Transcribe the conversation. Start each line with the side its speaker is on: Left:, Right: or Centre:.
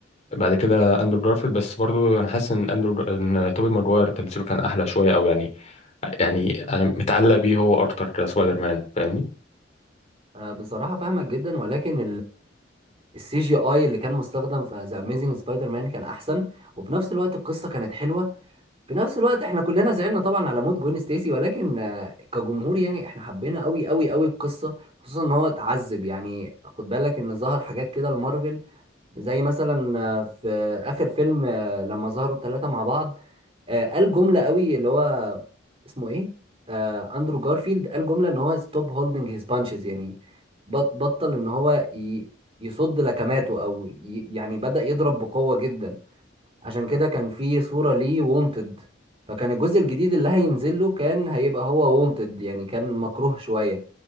Left: بعد كده اندرو جارفيلد بس برضو انا حاسس ان اندرو ان توبي ماجوار تمثيله كان احلى شوية او يعني يعني انا متعلق بيه هو اكتر كسبايدر مان فاهمني
Right: آه، بصراحة فاهمك جدا ولكن السي جي اي اللي كان مستخدم في ذا اميزنج سبايدر مان كان احسن وفي نفس الوقت القصة كانت حلوة في نفس الوقت احنا كلنا زعلنا طبعا على موت جوين ستيسي ولكن آه، كجمهور يعني احنا حبينا قوي قوي قوي القصه خصوصا ان هو اتعذب يعني خد بالك ان ظهر حاجات كده لمارفل زي مثلا آه، في اخر فيلم آه، لما ظهروا الثلاثه مع بعض آه، قال جمله قوي اللي هو اسمه ايه آه، اندرو جارفيلد قال جمله ان هو ستوب هولدنج هيز بانشز يعني بط- بطل ان هو ي- يصد لكماته او ي- يعني بدأ يضرب بقوه جدا عشان كده كان في صورة ليه وونتد فكان الجزء الجديد اللي هينزل له كان هيبقى هو وونتد يعني كان مكروه شوية